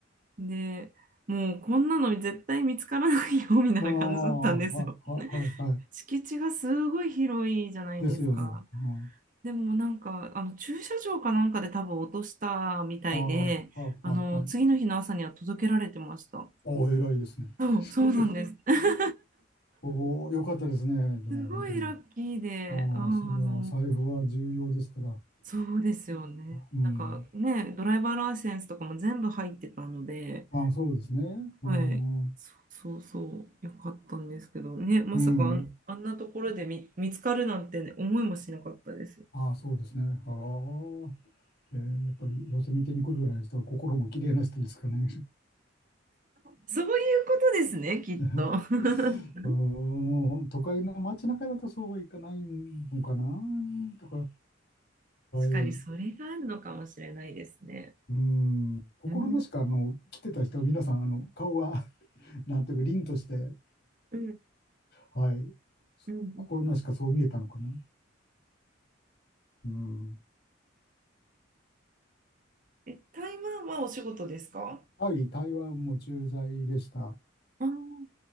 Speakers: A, on the right; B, on the left.
A: でもうこんなの絶対見つからないよみたいな感じだったんですよ。
B: ああ、はい、はい、
A: <laughs>
B: はい。はい
A: 敷地がすごい広いじゃないですか。
B: ですよね。うん、
A: でもなんかあの駐車場かなんかで多分落としたみたいであの次の日の朝には届けられてました。
B: ああ、はい、はい。はいおお、偉いですね。
A: そう、
B: <laughs> それ
A: そうなんです。<laughs>
B: おお、よかったですね。でも、
A: すごいラッキーで、
B: 本当に。ああ、
A: あー、
B: そりゃ、
A: あの、
B: 財布は重要ですから。ああ、
A: そうですよね。
B: うん。
A: なんかね、ドライバーライセンスとかも全部入ってたので、
B: ああ、そうですね。うん。
A: はい。そうそうそう、よかったんですけどね、まさかあん、
B: うん。
A: あんなところで見、見つかるなんて、ね、思いもしなかったです。
B: ああ、そうですね。ああ、えーやっぱり寄せ見てに来るぐらいの人は心も綺麗な人ですかね。
A: そういうことですね、きっと。
B: <laughs>
A: <laughs>
B: うーん、都会の街中だとそうはいかないのかなとか、は
A: 確かにそれがあるのかもしれないですね。
B: い。うん、心なしかあの来てた人は皆さんあの顔が
A: うん、
B: <laughs> なんていうか凛として、
A: うん
B: はい、
A: うんうん
B: 心なしかそう見えたのかな。うん
A: え、台湾はお仕事ですか
B: はい、台湾も駐在でした。
A: あー、